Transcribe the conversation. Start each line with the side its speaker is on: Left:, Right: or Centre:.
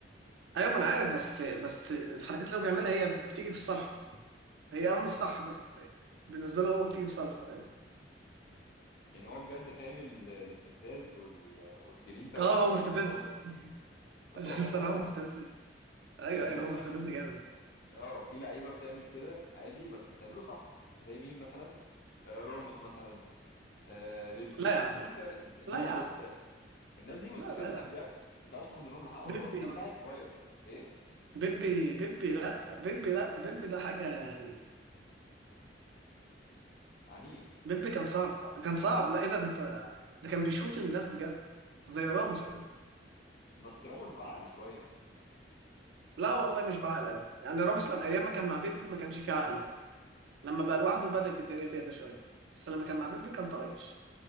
Right: ايوه ما انا عارف بس بس الحركات اللي هو بيعملها هي بتيجي في صالحه هي اه مش صح بس بالنسبه له هو بتيجي في صالحه فاهم
Left: يعني هو بجد فاهم ال- الاستفزاز وال... والجرينتا والحاجات
Right: اه هو
Left: دي
Right: مستفز
Left: غلط خالص بس
Right: <laughs>
Left: هو فاهمها
Right: بصراحه
Left: غلط
Right: هو مستفز ايوه
Left: يعني
Right: ايوه
Left: مثلا
Right: هو مستفز جامد
Left: اه في لعيبه بتعمل كده عادي بس بتعمله صح زي مين مثلا آه، راموس مثلا آه، بيبي
Right: لا يا عم
Left: دول فعلا ديجو
Right: لا يا
Left: كوستا
Right: عم
Left: الناس دي مستفزه
Right: لا لا لا
Left: بجد ما بتعرفش تاخد منهم الحق ولا
Right: بيبي
Left: غلط انما ده عيل صغير ايه
Right: بيبي بيبي لا بيبي لا بيبي ده حاجه يعني
Left: عنيف
Right: بيبي كان صعب كان صعب لا ايه ده انت ده كان بيشوط الناس بجد زي راموس كده
Left: بس راموس بعقل شويه
Right: لا والله مش بعقل قوي يعني راموس لما ايام ما كان مع بيبي ما كانش فيه عقل خالص لما بقى لوحده بدأت الدنيا تهدى شويه بس لما كان مع بيبي كان طايش